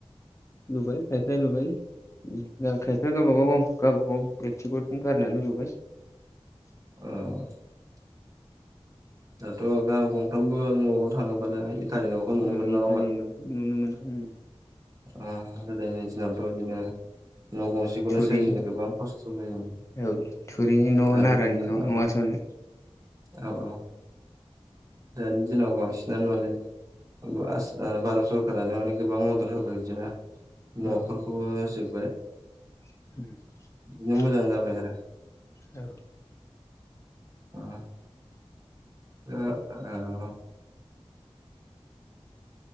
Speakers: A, on the left; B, on the right.
A: लुबाय खायफाया लुबाय खायफाया गावबागाव गावबागाव बेक्थिगथ गारनानै लुगासिनो
B: औ दाथ' गाहाम गंफ्रामबो न'आव थाङोबानो इटानि न'खौ नुनो
A: इथानि
B: मोनो नङा
A: थारि न' नुनो मोनो
B: आ गोदोनि जुनादफोर बिदिनो न' गंसेखौनो
A: थुरिनि
B: सोरजिनो गोबां खस्थ' जायोमोन
A: औ थुरिनि न'
B: दानि
A: नारानि न'
B: औ
A: नङासोमोन
B: औ औ दानि दिनाव बांसिनानो माने ओ आस भारत सरकारानो माने‌ गोबां मदद होबाय बिदिनो न'फोरखौबो
A: औ
B: होजोब्बाय।
A: <inaudible>
B: दिन मोजां जाबाय आरो
A: औ।
B: उम। ओ‌ ओ औ